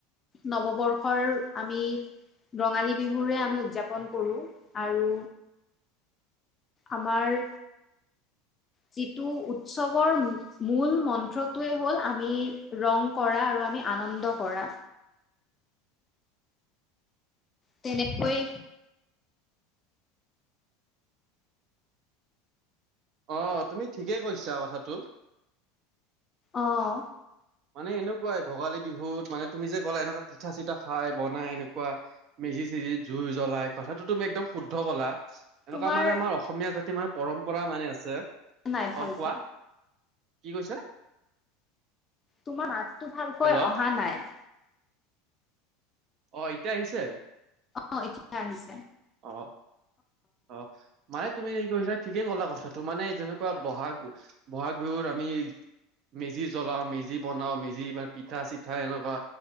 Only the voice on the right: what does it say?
<inaudible>
অঁ, তুমি ঠিকেই কৈছা কথাটো।
মানে এনেকুৱাই ভোগালী বিহুত, মানে তুমি যে ক'লা, এনেকুৱা পিঠা -চিঠা খাই, বনাই এনেকুৱা মিত মেজি-চেজি, জুই জ্বলাই। কথাটো তুমি একদম শুদ্ধ ক'লা। এনেকুৱা
মানে, আমাৰ অসমীয়া জাতি মানে পৰম্পৰা মানি আছে।
অ কোৱা কি কৈছা?
হেল্ল'
অ, এতিয়া আহিছে?
অ, অ। মানে তুমি যি কৈছা ঠিকেই ক'লা কথাটো। মানে যেনেকুৱা ব'হাগ, ব'হাগ বিহুত আমি মেজি জ্বলাও, মেজি বনাও, মেজি পিঠা- চিঠা এনেকুৱা